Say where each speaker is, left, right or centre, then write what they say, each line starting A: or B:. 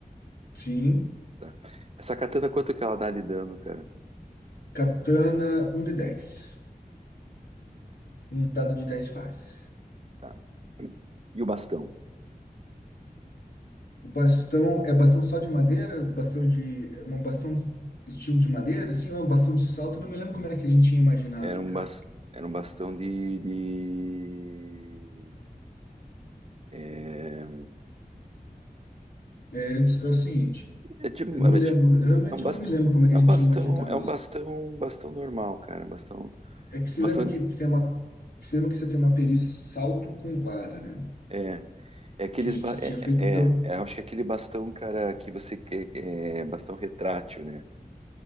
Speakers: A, on the left; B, on the right.
A: Sim.
B: tá? Essa katana, quanto que ela dá de dano, cara?
A: Katana, um de dez, Um dado de 10 faces.
B: Tá. E o bastão?
A: O bastão é bastão só de madeira? Bastão de. É um bastão do estilo de madeira? Sim, é um bastão de salto. Eu Não me lembro como é que a gente tinha imaginado,
B: Era um,
A: cara.
B: bas- era um bastão de, de- é,
A: É, é o seguinte,
B: É tipo,
A: eu não me
B: é
A: lembro,
B: tipo,
A: eu realmente
B: é um bastão,
A: não me lembro como é que
B: é
A: a gente
B: um bastão,
A: tinha imaginado
B: é um
A: isso.
B: bastão, um bastão normal, cara, um bastão,
A: É que se
B: um bastão,
A: lembra que tem uma. Se lembra que você tem uma perícia salto com vara, né?
B: é, é aqueles,
A: Que a gente
B: ba- é,
A: tinha feito,
B: é,
A: então.
B: é, é, acho que é aquele bastão, cara, que você, que- é, bastão retrátil, né?